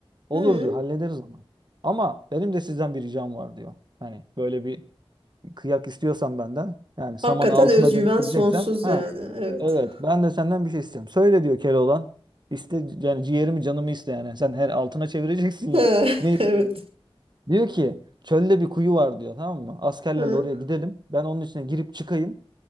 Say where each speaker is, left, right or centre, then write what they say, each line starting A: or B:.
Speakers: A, on the right; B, on the right.
A: Olur
B: hı.
A: diyor hallederiz ama. Ama benim de sizden bir ricam var diyor. Hani böyle bir kıyak istiyorsan benden yani samanı
B: Hakikaten
A: altına
B: özgüven
A: dönüştüreceksem
B: sonsuz
A: ha
B: yani. Evet.
A: evet ben de senden bir şey istiyorum. Söyle diyor Keloğlan. İste yani ciğerimi canımı iste yani. Sen her altına çevireceksin
B: <laughs>
A: ya.
B: He,
A: Ne istiyor?
B: evet.
A: diyor ki çölde bir kuyu var diyor tamam mı? Askerlerle
B: Hı,
A: oraya gidelim. Ben onun içine girip çıkayım.